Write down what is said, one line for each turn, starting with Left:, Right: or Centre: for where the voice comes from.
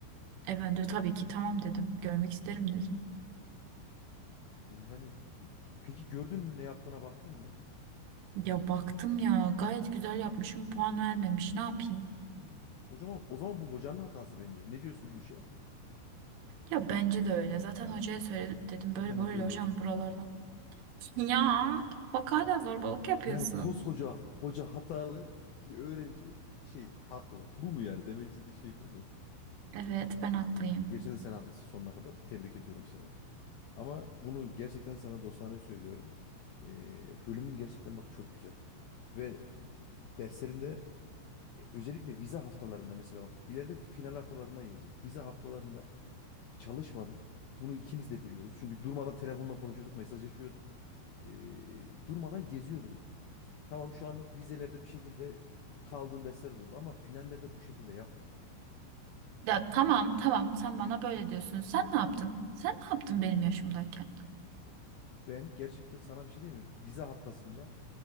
Right: E ben de tabii ki tamam dedim görmek isterim dedim.
Left: Yani peki gördün mü ne yaptığına baktın mı?
Right: Ya baktım ya gayet güzel yapmışım puan vermemiş ne yapayım?
Left: Hmm. O zaman, o zaman bu hocanın hatası bence. Ne diyorsun bu işe?
Right: Ya bence de öyle. Zaten
Left: Hmm.
Right: hocaya söyledim. Dedim
Left: Zaten
Right: böyle böyle
Left: hep öyle
Right: hocam
Left: olur.
Right: buralardan. <laughs> Ya bak hala zorbalık yapıyorsun.
Left: Yani koskoca hoca hatalı bir öğrenci şey haklı. Bu mu yani demek istediği şey bu mu?
Right: Evet ben haklıyım.
Left: Gerçekten sen haklısın sonuna kadar. Tebrik ediyorum seni. Ama bunu gerçekten sana dostane söylüyorum. Ee, bölümün gerçekten bak çok güzel. Ve derslerinde e, özellikle vize haftalarında mesela bak ileride final haftalarına gelecek. Vize haftalarında çalışmadın. Bunu ikimiz de biliyoruz. Çünkü durmadan telefonla konuşuyorduk, mesajlaşıyorduk. Ee, durmadan geziyordun. Tamam şu anlık vizelerde bir şekilde e, kaldığın dersler de oldu ama finallerde bu şekilde yapma.
Right: Ya tamam tamam sen bana böyle diyorsun. Sen ne yaptın? Sen ne yaptın benim yaşımdayken?
Left: Ya ben gerçekten sana bir şey diyeyim mi? Vize haftasında